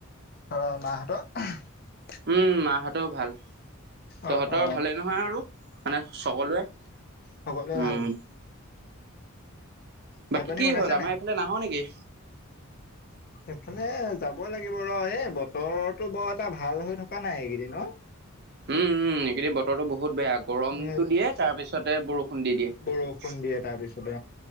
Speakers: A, on the left (about 45°); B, on the right (about 50°).
A: অ মাহঁতৰ <inaudible>
B: উম মাৰ হতোওঁ ভাল।
A: অ
B: তহঁতৰ
A: অ
B: ভালে নহয় আৰু, মানে সকলোৱে।
A: হ'বলে
B: উম
A: ভাল <unintelligible> <unintelligible> ভাত
B: বাকী
A: পানী
B: কি
A: বনাইছে
B: হ'ল আমাৰ
A: নাই
B: এইফালে নাহ নেকি।
A: এইফালে যাব লাগিব ৰ এ বতৰটো বৰ এটা ভাল হৈ থকা নাই এইকেইদিন <inaudible>
B: উম, উম কিদিন বতৰটো বহুত বেয়া গৰমতটো
A: এ
B: দিয়ে তাৰ পিছতে বৰষুণ দি দিয়ে
A: বৰষুণ
B: <unintelligible>
A: দিয়ে তাৰপিছতে অ